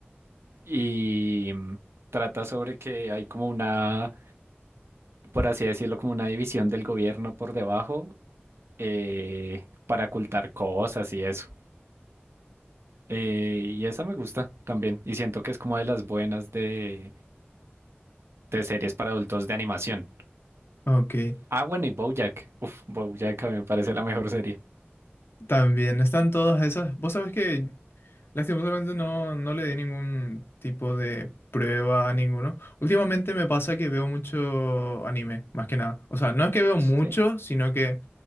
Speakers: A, on the right; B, on the left.
A: y mm, trata sobre que hay como una, por así decirlo, como una división del gobierno por debajo eh, para ocultar cosas y eso. Eh, y esa me gusta también. Y siento que es como de las buenas de, de series para adultos de animación.
B: Ok.
A: Ah, bueno, y BoJack. Uf, BoJack a mí me parece la mejor serie.
B: También están todas esas. Vos sabés que lastimosamente no, no le di ningún tipo de prueba a ninguno. Últimamente me pasa que veo mucho anime, más que nada. O sea, no es que veo mucho,
A: Sí,
B: sino que